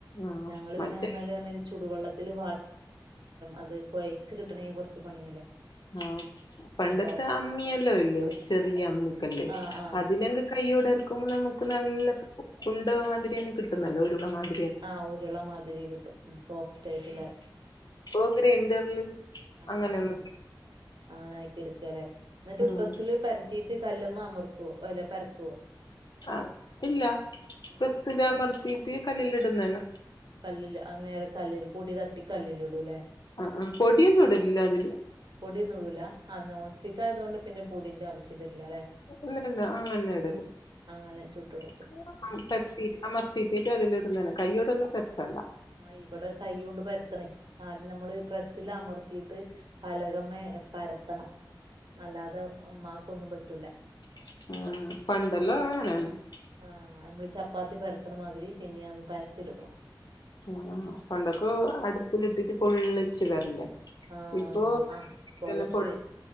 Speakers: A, on the left (about 60°); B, on the right (about 70°).
A: ആഹ്
B: ഞങ്ങള്
A: മറ്റേ
B: പിന്നെന്നാല് പറഞ്ഞ ചൂടുവെള്ളത്തിൽ <unintelligible> അത് കൊഴച്ച് കിട്ടണമെങ്കിൽ കുറച്ച് പണിയല്ലേ.
A: ആഹ് പണ്ടത്തെ
B: അപ്പൊ അത്
A: അമ്മിയല്ലോ ഇല്ലേ ചെറിയ അമ്മിക്കല്ല്
B: ആഹ് ആഹ്
A: അതില കൈയോടെ അരക്കുമ്പോൾ നമ്മുക്ക് നല്ല <unintelligible> കിട്ടുന്നല്ലോ ഒരുള മാതി.
B: ആഹ് ഉരുള മാതിരി കിട്ടും സോഫ്റ്റ് ആയിട്ടുള്ള.
A: ഓ ഗ്രൈൻഡറില്
B: ആഹ്
A: അങ്ങനെയൊന്നും
B: ആഹ് അങ്ങനെ ആക്കി എടുക്കാല്ലെ എന്നിട്ട്
A: ഉം
B: പ്രസ്സില് പരത്തിയിട്ട് കല്ലുമ്മ അമർത്തോ അല്ലെ പരത്തുവോ
A: ആഹ് ഇല്ല
B: ഏഹ്
A: പ്രസില് അമർത്തിട്ട് കല്ലിൽ ഇടുന്നേന
B: കല്ലില് അന്നേരം കല്ലില് പൊടി തട്ടി കല്ലിൽ ഇടൂല്ലേ.
A: ആഹ് ആഹ് പൊടിയൊന്നും ഇടലില്ല അതില്
B: പൊടിയൊന്നും ഇടുല ആഹ് നോൺ സ്റ്റിക്ക് ആയതുകൊണ്ട് പിന്നെ പൊടിന്റെ ആവശ്യം വരില്ല അല്ലെ
A: ഇല്ലില്ല <unintelligible> ഇടല്
B: അങ്ങനെ ചുട്ടെടുക്കും
A: <unintelligible>
B: ഉം
A: അമർത്തിയിട്ട് <unintelligible> കയ്യോടൊന്നും പെരത്തണ്ട
B: ആഹ് ഇവിടെ കൈ കൊണ്ട് പരത്തണേ ആദ്യം നമ്മള് പ്രസ്സില് അമർത്തിയിട്ട്. പലകമേ പരത്തണം അല്ലാതെ ഉമ്മാക്കൊന്നും പറ്റൂല്ല.
A: ആഹ് <unintelligible>
B: ആഹ് നമ്മള് ചപ്പാത്തി പരത്തണമാതിരി പിന്നെ ഒന്ന് പരത്തി എടുക്കണം
A: <unintelligible> പണ്ടൊക്കെ അടുപ്പിലിട്ടിട്ട് പൊള്ളിച്ച് വരണ്ടേ
B: ആഹ്
A: ഇപ്പൊ
B: ആഹ് പൊളച്ച്
A: തന്നെ പൊ
B: വരും